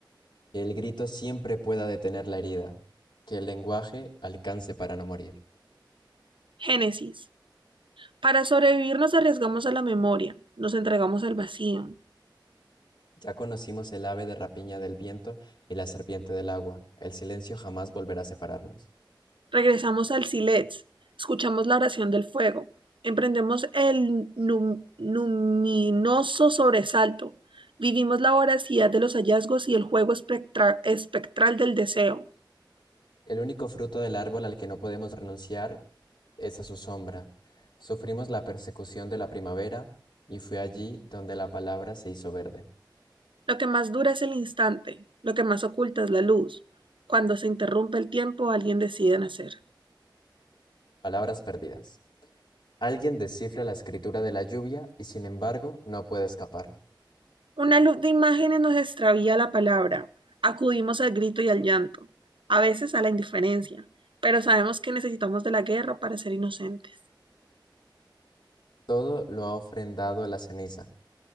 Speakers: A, on the left (about 70°); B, on the right (about 85°).
A: Que el grito siempre pueda detener la herida. Que el lenguaje alcance para no morir.
B: Génesis. Para sobrevivir nos arriesgamos a la memoria, nos entregamos al vacío,
A: Ya conocimos el ave de rapiña del viento y la serpiente del agua. El silencio jamás volverá a separarnos.
B: Regresamos al Silets, escuchamos la oración del fuego, emprendemos el num- luminoso sobresalto, vivimos la voracidad de los hallazgos y el juego espectra- espectral del deseo.
A: El único fruto del árbol al que no podemos renunciar es a su sombra. Sufrimos la persecución de la primavera y fue allí donde la palabra se hizo verde.
B: Lo que más dura es el instante, lo que más oculta es la luz. Cuando se interrumpe el tiempo, alguien decide nacer.
A: Palabras perdidas. Alguien descifra la escritura de la lluvia y sin embargo no puede escapar.
B: Una luz de imágenes nos extravía la palabra, acudimos al grito y al llanto, a veces a la indiferencia, pero sabemos que necesitamos de la guerra para ser inocentes.
A: Todo lo ha ofrendado a la ceniza.